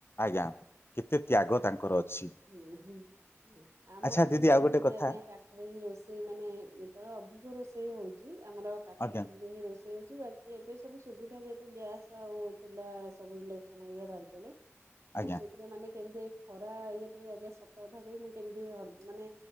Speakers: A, on the left; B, on the right.
A: ଆଜ୍ଞା କେତେ ତ୍ୟାଗ ତାଙ୍କର ଅଛି।
B: ଉଁ ହୁଁ ଆମଟା
A: ଆଚ୍ଛା ଦିଦି
B: ବି ସେମତି
A: ଆଉ ଗୋଟେ କଥା
B: ଆଜ୍ଞା କା ଏଠାରେ ହି ରୋଷେଇ ମାନେ ଯେତେବେଳେ ଅଧିକ ରୋଷେଇ ହୋଉଚି ଆମର କାଠ
A: ଆଜ୍ଞା
B: ଚୁଲିରେ ହିଁ ରୋଷେଇ ହଉଚି ବା କି ଏବେ ସବୁ ସୁବିଧା ଯେହେତୁ ଗ୍ୟାସ ଆଉ ଚୁଲା ସବୁ ଇଣ୍ଡକ୍ସନ ହେରିକା ବାହାରି ପଇଲା
A: ଆଜ୍ଞା।
B: ମୁଁ ସେଇଥିରେ ମାନେ କେମିତି ଖରା ଇଏ ପାଇଁ ଆଜ୍ଞା ସତ କଥା କହି ମୁଁ କେମିତି ଅ ମାନେ